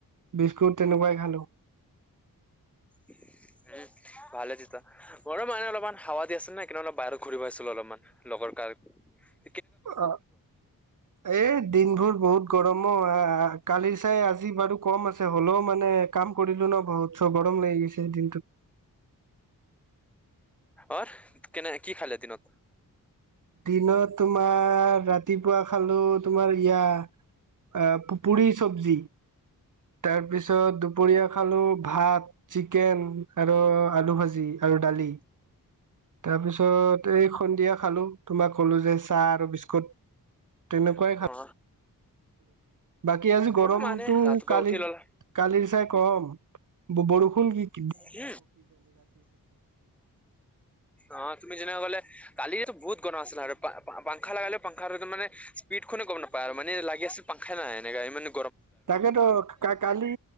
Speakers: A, on the right; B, in the centre.
A: বিস্কুট তেনেকোৱাই খালো।
B: এ ভালে তিতা গৰম মোৰো মানে অলপমান হাৱা দি আছিল না কিন্তু অলপ বাহিৰত ঘূৰিব আছিলো অলপমান লগৰ কাৰ। উ
A: অ এই দিনবোৰ বহুত। গৰমো কালি চাই আজি বাৰু কম আছে হ'লেও মানে কাম কৰিলো ন বহুত চব। গৰম লৈ গৈছে দিনটোত।
B: অ হ কেনে কি খালে দিনত।
A: দিনত তোমাৰ ৰাতিপুৱা খালো তোমাৰ ইয়া পুৰি ছবজি। তাৰ পিছত দুপৰীয়া খালো ভাত, চিকেন, আৰু আলু, ভাজি। ভাজি আৰু দালি। তাৰপিছত এই সন্ধিয়া খালো তোমাক কলো যে চাহ আৰু বিস্কুট। তেনেকুৱাই
B: অ
A: খাল। বাকী আজি গৰমতটো
B: অ মানে ৰাতিপুৱা
A: কালিত
B: উঠি ললা
A: কালিৰ চাই কম। ব বৰষুণ গীত।
B: কি অহ তুমি যেনেকে গ'লে। কালি বহত গৰম আছিল আৰু পা পা পাংসা লাগালে পাখা মানে স্পীড খনে গম নাপায় আৰু মানে লাগি আছিল পাংসা। খে নাই এনেকা ইমানো।
A: তাকেতো কা কালি